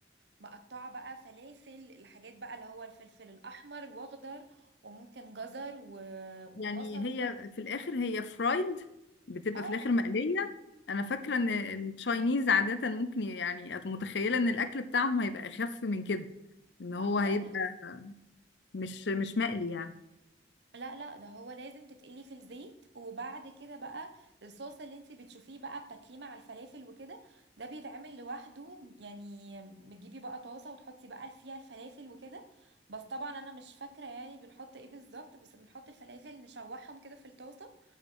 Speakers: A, on the right; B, on the left.
A: مقطعة بقى فلافل الحاجات بقى اللي هو الفلفل الأحمر وأخضر وممكن جزر و-
B: يعني
A: وبصل
B: هي في الاخر هي فرايد بتبقى
A: اه
B: في الاخر مقليه انا فاكره
A: اه
B: ان إن التشاينيز عاده ممكن يعني أت- متخيله ان الاكل بتاعهم هيبقى اخف من كده ان
A: لا
B: هو
A: خالص
B: هيبقى مش مش مقلي يعني
A: لا لا ده هو لازم تتقلي في الزيت وبعد كده بقى الصوص اللي انت بتشوفيه بقى بتاكليه مع الفلافل وكده ده بيتعمل لوحده يعني بتجيبي بقى طاسة وتحطي بقى فيها الفلافل وكده بس طبعا انا مش فاكرة يعني بنحط ايه بالظبط بس بنحط الفلافل نشوحهم كده في الطاسة